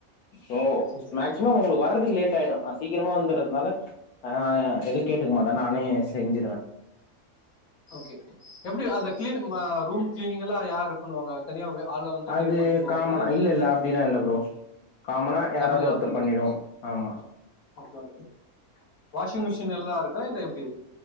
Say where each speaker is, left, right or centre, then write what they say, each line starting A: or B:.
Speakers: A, on the left (about 85°); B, on the left (about 65°).
A: சோ
B: சரி சரி
A: மேக்ஸி மோ அவங்களுக்கு வரதுக்கு லேட் ஆயிடு நா சீக்கரமா வந்துறதுனால ஆ எதுவு கேட்டுக்க மாட்டே நானே செஞ்சிருவே
B: ஓகே எப்டி அது கிளீன் ம ரூம் கிளீனிங் எல்லா யாரு பண்ணுவாங்க தனியா வே- ஆளை வந்து
A: அது
B: கிளீன் பண்ணிட்டு போவாங்களா
A: காமனா இல்ல இல்ல அப்டில்லா இல்ல ப்ரோ காமனா யாராவ்து
B: நம்மளே தான்
A: ஒருத்தர்
B: பண்ணிக்கிறோம்
A: பண்ணிடுவோ ஆமா
B: ஓகே ஓகே வாஷிங் மிஷின் எல்லா இருக்கா இல்ல எப்டி